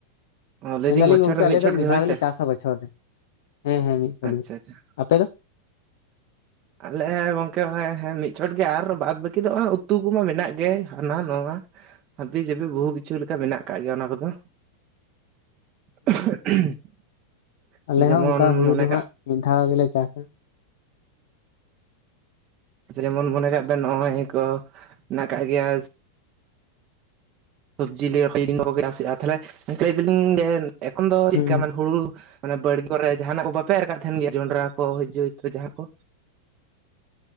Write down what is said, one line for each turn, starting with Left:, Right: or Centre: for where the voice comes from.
Right: ᱞᱟᱹᱭᱫᱟᱹᱧ
Left: ᱢᱮᱱᱫᱟᱞᱤᱧ
Right: ᱵᱚᱪᱷᱚᱨ
Left: ᱜᱚᱝᱠᱮ
Right: ᱨᱮ
Left: ᱟᱞᱮ
Right: ᱪᱷᱚᱴ
Left: ᱫᱚ ᱢᱤᱫ
Right: ᱜᱮ
Left: ᱫᱷᱟᱣ
Right: ᱦᱳᱭ
Left: ᱜᱮᱞᱮ
Right: ᱥᱮ
Left: ᱪᱟᱥᱟ ᱵᱚᱪᱷᱚᱨ ᱨᱮ᱾ ᱦᱮᱸ ᱦᱮᱸ ᱢᱤᱫ ᱪᱷᱚᱴ
Right: ᱟᱪᱪᱷᱟ
Left: ᱜᱮ᱾
Right: ᱟᱪᱪᱷᱟ
Left: ᱟᱯᱮ ᱫᱚ?
Right: ᱟᱞᱮ ᱜᱚᱝᱠᱮᱸ ᱦᱚᱸᱜ-ᱚᱭ ᱢᱤᱫ ᱪᱷᱚᱴ ᱜᱮ ᱟᱨ ᱵᱟᱫ ᱵᱟᱹᱠᱤ ᱫᱚ ᱦᱚᱸᱜ-ᱚᱭ ᱩᱛᱩ ᱠᱚᱢᱟ ᱢᱮᱱᱟᱜ ᱜᱮ ᱦᱟᱱᱟ ᱱᱟᱣᱟ᱾ ᱦᱟᱹᱵᱤ ᱡᱟᱹᱵᱤ ᱵᱚᱦᱩ ᱠᱤᱪᱷᱩ ᱞᱮᱠᱟ ᱢᱮᱱᱟᱜ ᱟᱠᱟᱫ ᱜᱮᱭᱟ ᱚᱱᱟ ᱠᱚᱫᱚ᱾
Left: <inaudible>
Right: <inaudible>
Left: ᱟᱞᱮ
Right: ᱡᱮᱢᱚᱱ
Left: ᱦᱚᱸ ᱚᱱᱠᱟ ᱦᱩᱲᱩ
Right: ᱢᱚᱱᱮ
Left: ᱫᱚ
Right: ᱠᱟᱜ
Left: ᱦᱟᱸᱜ ᱢᱤᱫ ᱫᱷᱟᱣ ᱜᱮᱞᱮ ᱪᱟᱥᱟ᱾
Right: ᱡᱮᱢᱚᱱ ᱢᱚᱱᱮ ᱠᱟᱜ ᱵᱮᱱ ᱱᱚᱜᱼᱚᱭ ᱠᱚ ᱦᱮᱱᱟᱜ ᱟᱠᱟᱜ ᱜᱮᱭᱟ ᱥᱚᱵᱽᱡᱤ ᱞᱟᱹᱭᱟᱠᱚ <unintelligible> ᱛᱟᱦᱚᱞᱮ ᱜᱚᱝᱠᱮ ᱞᱟᱹᱭ ᱫᱟᱞᱤᱧ ᱡᱮ ᱮᱠᱷᱚᱱ ᱫᱚ ᱪᱮᱫ
Left: ᱦᱩᱸ
Right: ᱞᱮᱠᱟ ᱢᱟᱱᱮ ᱦᱩᱲᱩ ᱢᱟᱱᱮ ᱵᱟᱲᱜᱮ ᱠᱚᱨᱮ ᱡᱟᱦᱟᱱᱟᱜ ᱠᱚ ᱵᱟᱯᱮ ᱮᱨ ᱠᱟᱫ ᱛᱟᱦᱮᱱ ᱜᱮᱭᱟ ᱡᱚᱱᱰᱨᱟ ᱠᱚ ᱡᱟᱹᱩ ᱛᱚ ᱡᱟᱦᱟᱸ ᱠᱚ?